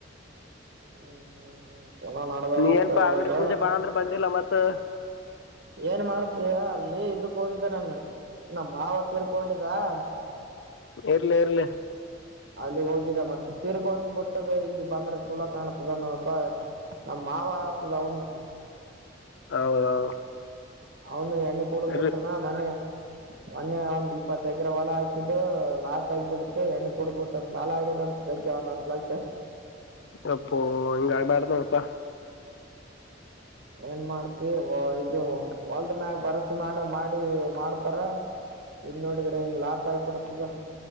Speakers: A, on the right; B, on the left.
A: ಹ್ಮ್ ಹ್ಮ್ ಹ್ಮ್ ಚಲೋ ನಡದದ
B: ನೀ
A: ಅಂತ
B: ಏನ್ಪಾ
A: ಹೇಳ್ಬೇಕು
B: ಅಂಗಡಿ ಪೂಜೆ ಬಾ ಅಂದ್ರ ಬಂದಿಲ್ಲ ಮತ್ ತ್ತ
A: ಏನ್ ಮಾಡ್ತೀಯೋ ಅಲ್ಲಿ ಇದಕ್ ಹೋಗಿದ್ದೆ ನಾನು ನ ಮಾವ ತೀರ್ಕೊಂಡ <unintelligible>
B: ಇರ್ಲಿ ಇರ್ಲಿ
A: ಅಲ್ಲಿ ಹೋಗಿದ ಮತ್ತೆ ತಿೀರ್ಕೊಂಡ್ಬ ಬಿಟ್ಟದ ಇಲ್ಲಿ ಬಂದ್ರೆ ಚಲೋ ಕಾಣ್ತದನ್ನುಸ ನಮ್ಮ ಮಾವ ಆಗ್ತದ ಅವನ್ನ <inaudible>
B: ಹೌದೌದು
A: ಅವ್ನ್ ಎಣ್ಣೆ ಕುಡುದ್
B: ಇರ್ಲಿ
A: ಬುಟ್ಟನಾ ಮನ್ನೆ. ಮೊನ್ನೆ ಒಂದ್ ಇಪ್ಪತ್ತ ಎಕ್ರ ಹೊಲ ಹಾಕಿದ್ದು ಲಾಸ್ ಆಗಿಬಿಡತ್ತು ಹೆಣ್ ಕೊಡ್ಬಿಟ್ಟಂದ ಸಾಲ ಆಗ್ಯದಂತ ದಗ್ಗೆ ಒಂದ್ ಹತ್ತ ಲಕ್ಷ.
B: ಯಪ್ಪೋ ಹಂಗ್ ಆಗ್ಬ್ಯಾಡ್ ನೋಡಪ್ಪ.
A: ಏನ್ ಮಾಡ್ತಿ ವೊ ಇದು ಹೊಲ್ದ ಮ್ಯಾಗ ಭರ್ಸೆ ಮಾಡ ಮಾಡಿ ಮಾಡ್ತಾರ ಇದ್ ನೋಡಿದ್ರ ಹಿಂಗ ಲಾಸ್ ಆಗ್ಬಿಡ್ತದ.